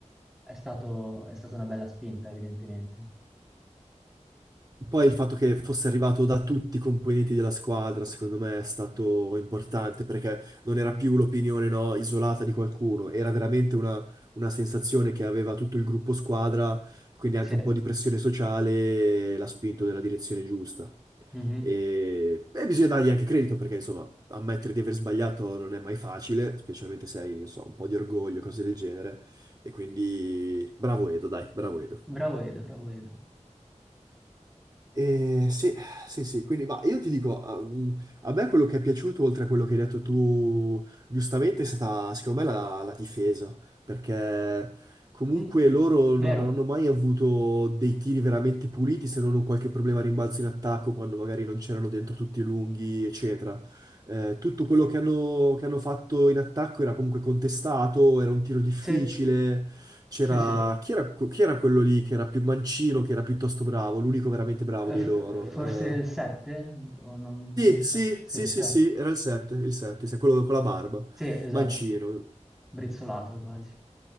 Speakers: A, in the centre; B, on the right.
A: è stato, è stata una bella spinta, evidentemente.
B: poi il fatto che fosse arrivato da tutti i componenti della squadra, secondo me, è stato importante perché non era più l'opinione, no, isolata di qualcuno, era veramente una, una sensazione che aveva tutto il gruppo squadra, quindi
A: Sì.
B: anche un po' di pressione sociale l'ha spinto nella direzione giusta.
A: Mhm.
B: E, e bisogna dargli anche credito perché, insomma, ammettere di aver sbagliato non è mai facile, specialmente se hai, non so, un po' di orgoglio, cose del genere. E quindi, bravo Edo, dai, bravo Edo.
A: Bravo Edo, bravo Edo.
B: Eh, sì, sì, sì, quindi ma io ti dico, ehm, a me quello che è piaciuto, oltre a quello che hai detto tu, giustamente, è stata secondo me la, la difesa, perché comunque
A: Mm,
B: loro
A: Vero?
B: non hanno mai avuto dei tiri veramente puliti, se non un qualche problema a rimbalzo in attacco, quando magari non c'erano dentro tutti i lunghi, eccetera. Eh, tutto quello che hanno, che hanno fatto in attacco era comunque contestato, era un tiro difficile,
A: Sì,
B: c'era
A: sì, sì. Eh,
B: chi era, chi era quello lì che era più mancino, che era piuttosto bravo, l'unico veramente bravo
A: f-
B: dei loro.
A: eh, forse
B: Eh,
A: il 7? O non,
B: sì,
A: non mi ricordo.
B: sì,
A: Sì,
B: sì,
A: il 7.
B: sì, sì, era il 7, il 7, quello con la barba.
A: Sì, esatto.
B: Mancino.
A: Brizzolato quasi.